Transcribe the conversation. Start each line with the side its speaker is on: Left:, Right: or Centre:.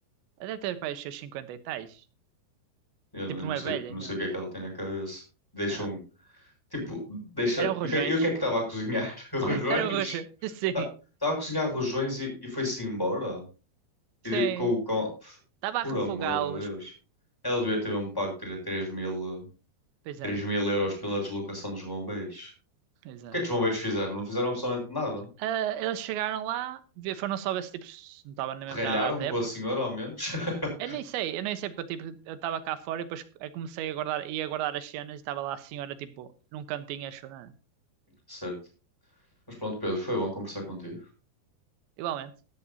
Right: Até ter para os seus 50 e tais.
Centre: Eu, não
Right: Tipo,
Centre: eu não
Right: não
Centre: sei,
Right: é velha,
Centre: não
Right: não.
Centre: sei o que é que ela tem na cabeça. Deixa
Right: Ah.
Centre: um, tipo, deixa.
Right: Eram rojões.
Centre: E o que, é, e o que é que estava a cozinhar? <laughs> Rojões?
Right: Era um roxo. <laughs> Sim,
Centre: Estava a cozinhar rojões e, e foi-se embora? E
Right: sim.
Centre: de- com, o com,
Right: Estava
Centre: por
Right: a refogá-los.
Centre: amor de Deus. Ela devia ter mesmo pago 3 mil,
Right: Pois
Centre: 3
Right: é,
Centre: mil euros pela deslocação dos bombeiros.
Right: pois é.
Centre: O que é que os bombeiros fizeram? Não fizeram absolutamente nada.
Right: Ah, eles chegaram lá, vi- foram só ver se tipo, se não estava nem
Centre: Ralharam
Right: mesmo nada a arder,
Centre: com a
Right: porque
Centre: senhora, ao menos. <laughs>
Right: eu nem sei, eu nem sei porque eu tipo, eu estava cá fora e depois eu comecei a guardar, ia guardar as cenas e estava lá a senhora tipo num cantinho a chorar.
Centre: Certo. Mas pronto, Pedro, foi bom conversar contigo.
Right: Igualmente.